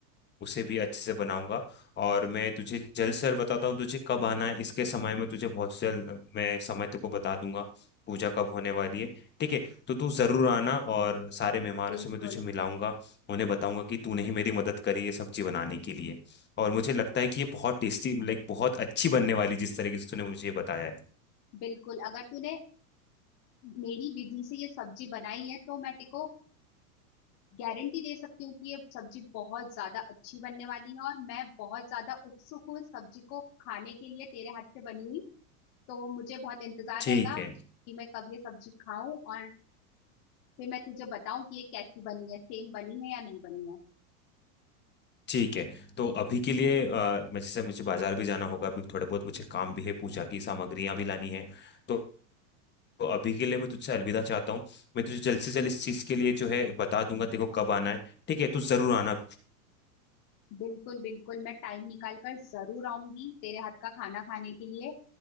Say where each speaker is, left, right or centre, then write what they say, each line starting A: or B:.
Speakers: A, on the left (about 25°); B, on the left (about 40°).
A: उसे भी अच्छे से बनाऊंगा और मैं तुझे जल्द से जल्द बताता हूँ तुझे कब आना है इसके समय में तुझे बहुत जल्द मैं समय तुमको बता दूंगा पूजा कब होने वाली है ठीक है तो तू जरूर आना और सारे मेहमानों
B: बिल्कुल
A: से मैं तुझे मिलाऊंगा उन्हें बताऊंगा कि तूने ही मेरी मदद करी ये सब्जी बनाने के लिए और मुझे लगता है कि ये बहुत टेस्टी लाइक बहुत अच्छी बनने वाली जिस तरीके से तूने मुझे ये बताया है
B: बिल्कुल अगर तूने मेरी विधि से ये सब्जी बनाई है तो मैं तेको गारंटी दे सकती हूँ कि ये सब्जी बहुत ज्यादा अच्छी बनने वाली है और मैं बहुत ज्यादा उत्सुक हूँ इस सब्जी को खाने के लिए तेरे हाथ से बनी हुई तो मुझे बहुत इंतजार
A: ठीक
B: रहेगा
A: है
B: कि मैं कब ये सब्जी खाऊं और फिर मैं तुझे बताऊं कि ये कैसी बनी है सेम बनी है या नहीं बनी है
A: ठीक है तो अभी के लिए अ, मैं- जैसे मुझे बाजार भी जाना होगा अभी थोड़ा बहुत मुझे काम भी है पूजा की सामग्रियां भी लानी है तो तो अभी के लिए मैं तुझसे अलविदा चाहता हूँ मैं तुझे जल्द से जल्द इस चीज़ के लिए जो है बता दूंगा तेरे को कब आना है ठीक है तू जरूर आना
B: बिल्कुल बिल्कुल मैं टाइम निकाल कर जरूर आऊंगी तेरे हाथ का खाना खाने के लिए